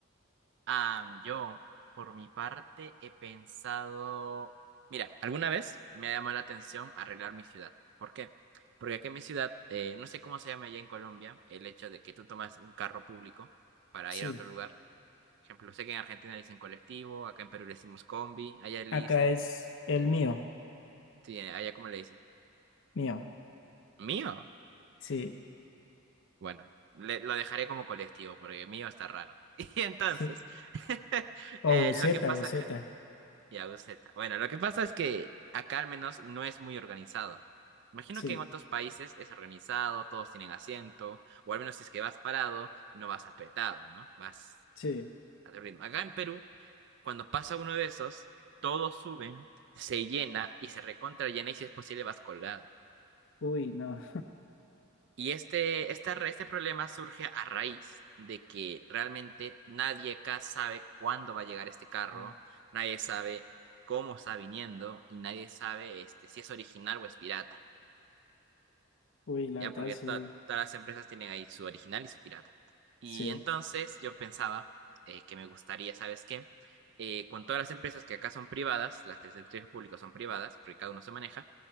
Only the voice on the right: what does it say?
Ah, yo, por mi parte, he pensado, mira, alguna vez me ha llamado la atención arreglar mi ciudad. ¿Por qué? Porque aquí en mi ciudad, eh, no sé cómo se llama allá en Colombia, el hecho de que tú tomas un carro público para
ir a otro lugar. Por ejemplo, sé que en Argentina le dicen colectivo, acá en Perú le decimos combi, allá le
dicen,
sí, allá cómo le dicen.
Mío.
Bueno, le- lo dejaré como colectivo, porque mío está raro. <laughs> Y entonces,
<laughs>
eh,
lo que pasa
acá Y Aguseta. Bueno, lo que pasa es que acá al menos no es muy organizado. Imagino
que en otros países es organizado, todos tienen asiento, o al menos si es que vas parado, no vas apretado, ¿no? Vas
a tu ritmo. Acá en Perú, cuando pasa uno de esos, todos suben, se llena y se recontra llena y si es posible vas colgado.
Y este, esta re- este problema surge a raíz de que realmente nadie acá sabe cuándo va a llegar este carro,
nadie sabe cómo está viniendo y nadie sabe este, si es original o es pirata,
¿ya?
Porque
to- todas las empresas tienen ahí su original y su pirata. Y
entonces yo pensaba eh, que me gustaría, ¿sabes qué? Eh, con todas las empresas que acá son privadas, las del sector público son privadas, porque cada uno se maneja